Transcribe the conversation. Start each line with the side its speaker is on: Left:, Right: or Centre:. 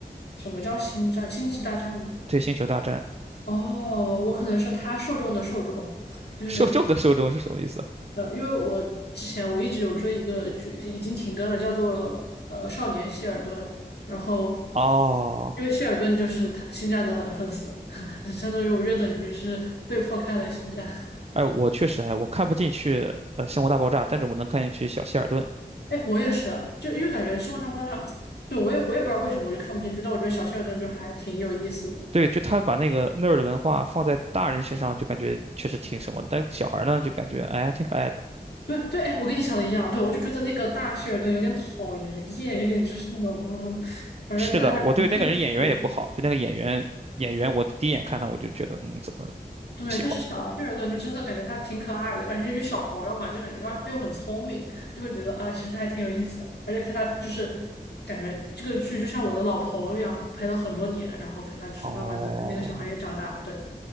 Left: 什么叫星战？星际大战吗？
Right: 对，《星球大战》
Left: 哦，我可能是他受众的受众，<laughs> 就是
Right: 受众的受众是什么意思？
Left: 呃，因为我之前我一直有追一个剧，已经停更了，叫做呃《少年谢尔顿》，然后
Right: 哦，
Left: 因为谢尔顿就是他星战的粉丝，<laughs> 相当于我约等于是被迫看了星战。
Right: 哎，我确实哎，我看不进去呃《生活大爆炸》，但是我能看进去小希尔顿。
Left: 哎，我也是啊，就因为感觉生活大爆炸，对我也我也不知道为什么我就看不进去，但我觉得小谢尔顿就还挺有意思的。
Right: 对，就他把那个那儿的文化放在大人身上，就感觉确实挺什么的，但是小孩儿呢，就感觉哎还挺可爱的。
Left: 对对，哎，我跟你想的一样，对，我就觉得那个大谢尔顿有点讨人厌，有点就是那种，嗯，反正看着还是挺生气的
Right: 是的，我对那个人演员也不好，就那个演员演员，我第一眼看他我就觉得嗯怎么
Left: 对，
Right: 不喜欢？
Left: 但是小谢尔顿就真的感觉他挺可爱的，而且因为小朋友嘛，就很，然后他又很聪明，就会觉得啊，其实还挺有意思的。而且看他就是感觉这个剧就像我的老朋友一样，陪了很多年，然后看他就是慢慢的看那个小孩也长大，
Right: 哦，
Left: 对